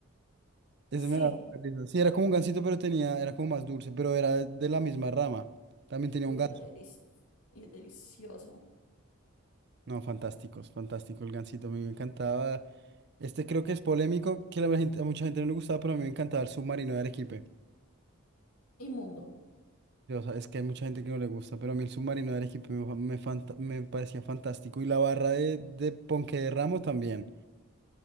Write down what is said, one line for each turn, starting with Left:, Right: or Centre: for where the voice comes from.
Right: Ese
Left: Sí,
Right: me daba mucha risa. Sí, era como un gansito, pero tenía, era como más dulce, pero era de la misma rama. También tenía
Left: uy,
Right: un ganso.
Left: era delici- y delicioso.
Right: No, fantásticos, fantástico el gansito, a mí me encantaba. Este creo que es polémico, que la gente- a mucha gente no le gustaba, pero a mí me encantaba el submarino de Arequipe.
Left: Inmundo.
Right: O sea, es que hay mucha gente que no le gusta, pero a mí el submarino de Arequipe me, fa- me fanta- me parecía fantástico. Y la barra de, de Ponque de Ramo también.